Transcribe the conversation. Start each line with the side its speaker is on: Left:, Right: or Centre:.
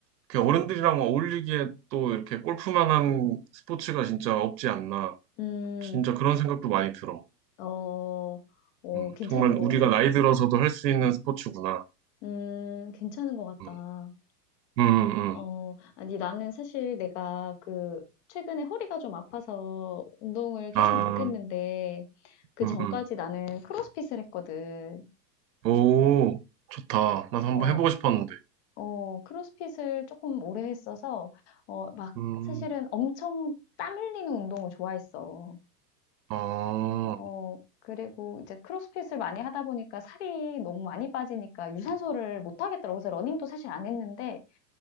Right: 그 어른들이랑 어울리기에 또 이렇게 골프만한 스포츠가 진짜 없지 않나.
Left: 음,
Right: 진짜 그런 생각도 많이 들어.
Left: 어, 어,
Right: 음,
Left: 괜찮은
Right: 정말
Left: 것
Right: 우리가
Left: 같다.
Right: 나이 들어서도 할 수 있는 스포츠구나.
Left: 음, 괜찮은 것 같다.
Right: 음, 음, 음.
Left: 어,
Right: 음.
Left: 아니, 나는 사실 내가 그, 최근에 허리가 좀 아파서 운동을 계속
Right: 아,
Left: 못했는데, 그
Right: 음,
Left: 전까지
Right: 음.
Left: 나는 크로스핏을 했거든.
Right: 오, 좋다. 나도 한번
Left: 어,
Right: 해보고 싶었는데.
Left: 어, 크로스핏을 조금 오래 했어서, 어, 막,
Right: 음,
Left: 사실은 엄청 땀 흘리는 운동을 좋아했어.
Right: 어,
Left: 어, 그리고 이제 크로스핏을 많이 하다 보니까 살이 너무 많이 빠지니까 유산소를 못 하겠더라고. 그래서 러닝도 사실 안 했는데,